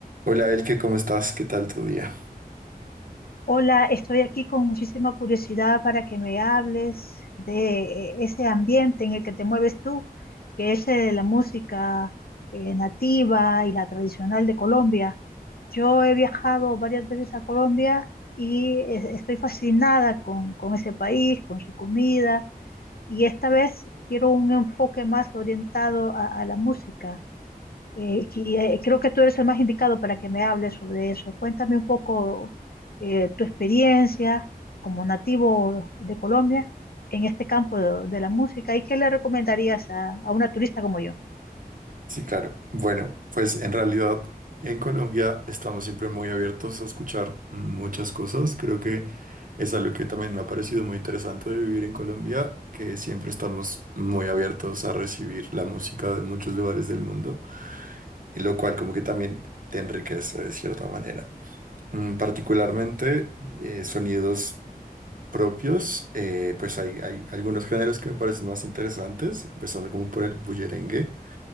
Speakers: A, on the right; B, on the left.
A: Hola Elke, ¿cómo estás? ¿Qué tal tu día?
B: Hola, estoy aquí con muchísima curiosidad para que me hables de eh, ese ambiente en el que te mueves tú, que es eh, la música eh, nativa y la tradicional de Colombia. Yo he viajado varias veces a Colombia y eh, estoy fascinada con, con ese país, con su comida, y esta vez quiero un enfoque más orientado a, a la música. Eh, y eh, creo que tú eres el más indicado para que me hables sobre eso. Cuéntame un poco eh, tu experiencia como nativo de Colombia en este campo de, de la música y qué le recomendarías a, a una turista como yo.
A: Sí, claro. Bueno, pues en realidad en Colombia estamos siempre muy abiertos a escuchar muchas cosas. Creo que es algo que también me ha parecido muy interesante de vivir en Colombia, que siempre estamos muy abiertos a recibir la música de muchos lugares del mundo, y lo cual como que también te enriquece de cierta manera. Mm, Particularmente eh, sonidos propios, eh, pues hay, hay algunos géneros que me parecen más interesantes, empezando como por el bullerengue.